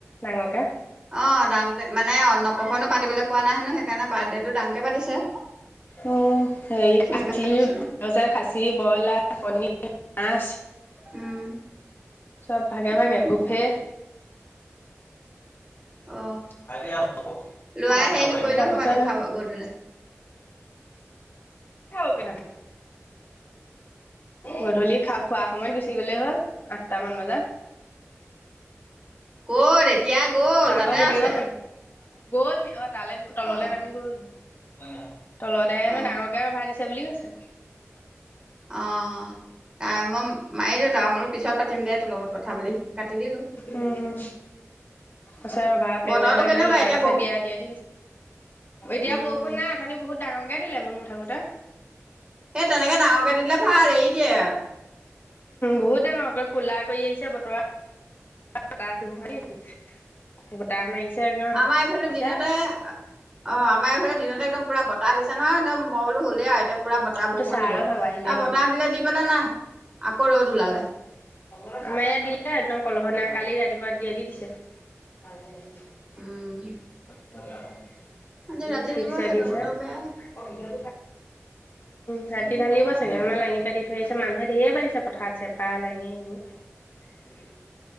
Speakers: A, on the left (about 45°); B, on the right (about 20°).
A: ডাঙৰকে।
B: অ', দাং মানে অন্নপ্ৰশন্নো পাতিবলে পোৱা নাই হেনো সেইকাৰণে বাৰ্থডেটো ডাঙকে পাতিছে,
A: উম হেৰি
B: চুমি
A: খাচী
B: বাৰে কৈছিলে
A: আছে খাচী ব্ৰইলাৰ কণী মাছ
B: উম,
A: চব ভাগে
B: উম।
A: ভাগে গুফে
B: অ
A: তাৰপিছত
B: লৰাই হেৰি নকৰিলেও হয় আজি খাব গধূলা
A: খাব পিয়া, গধূলি খা খোৱা সময়ত গুচি গ'লেই হ'ল আঠটামান বজাত।
B: ক'ৰে এতিয়া গ'ল,
A: খা
B: তাতে
A: গ শুই
B: আছে।
A: থাকিব পাৰিব গ'ল অ' তালে তললে
B: অ
A: নামি গ'ল। হয়। তলতহে
B: অ
A: ডাঙৰকে ৰভা দি <unintelligible> বুলি কৈছে।
B: অ' তাই মই মাৰিলোঁ তাৰ বোলো পিছত পাতিম দে তোৰ লগত কথা বুলি কাটি দিলো
A: উম, উম। আছে ৰবা, পেণ্ডেল
B: বতৰটো
A: একডাল
B: কেনেকুৱা
A: লৰাই
B: এতিয়া
A: গৈছে
B: ব
A: বিয়া দিয়া দি দিছে। এতিয়া,
B: উম
A: বৰষুণ নাই অথনি বহুত ডাঙৰ। দিলে মন উঠাকোতে
B: সেই তেনেকে ডাঙৰকে দিলে ভাল এৰি দিয়ে
A: বহুত ডাঙৰক কলা কৰি আহিছে বতৰ বতাহ দুবোৰ মাৰিছো বতাহ মাৰিছে। একদম
B: আমাৰ এইফালে
A: পিছে
B: দিনতে অ' আমাৰ এইফালে দিনতে একদম পুৰা বতাহ দিছো নহয় একদম মই বোলো হ'লেই আৰু, এতিয়া পুৰা বতাহ
A: এইটো
B: বৰষুণ
A: ছাৰৰ
B: দিব।
A: ভাগৰ আহিলে
B: এ
A: লম
B: বতাহ দিলে দি পেলাই নাই, আকৌ ৰ'দ
A: উম
B: ওলালে।
A: আমাৰ ইয়াত দিলে একদম কলহ নাই কালি ৰাতিপুৱা দিয়ে দি দিছে।
B: উম।
A: <inaudible>
B: আজি ৰাতি
A: ঠিকছে
B: দিব চাগে
A: দিছে
B: বতৰ বেয়া।
A: উম ৰা পাটি ঢালিব চাগে আমাৰ লাঙি পাতি থৈ আহিছে মানুহে ধেৰে পাৰিছে পথাৰত চেপা লাঙি সবোৰ